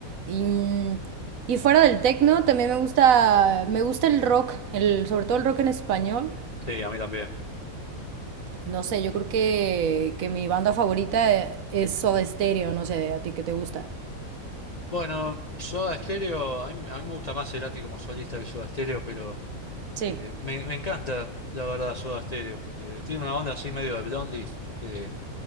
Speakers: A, on the right (about 70°); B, on the left (about 45°).
A: Y, y fuera del techno, también me gusta, me gusta el rock, el, sobre todo el rock en español.
B: Sí, a mí también.
A: No sé, yo creo que, que mi banda favorita eh, es Soda Stereo, no sé, ¿a ti qué te gusta?
B: Bueno, Soda Stereo, a mí, a mí me gusta más Cerati como solista que Soda Stereo, pero
A: Sí.
B: eh, me, me encanta, la verdad, Soda Stereo. Eh, tiene una onda así medio de Blondie, que